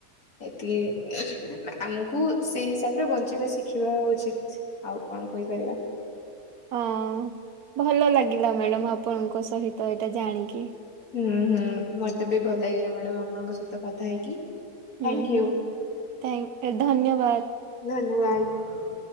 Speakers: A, on the left; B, on the right.
A: ଏତିକି ଉଁହୁଁ ଆମକୁ ସେଇ ହିସାବରେ ବଞ୍ଚିବା ଶିଖିବା ଉଚିତ୍। ଆଉ କଣ କହିପାରିବା।
B: ହଁ ଭଲ ଲାଗିଲା ମ୍ୟାଡ଼ାମ୍ ଆପଣଙ୍କ ସହିତ ଏଇଟା ଜାଣିକି।
A: ହୁଁ, ହୁଁ, ମତେ ବି ଭଲ ଲାଗିଲା ମ୍ୟାଡ଼ାମ୍ ଆପଣଙ୍କ ସହିତ କଥା ହେଇକି। ଥ୍ୟାଙ୍କ
B: ହୁଁ ହୁଁ,
A: ୟୁ
B: ଥାଙ୍କ ଏ ଧନ୍ୟବାଦ।
A: ଧନ୍ୟବାଦ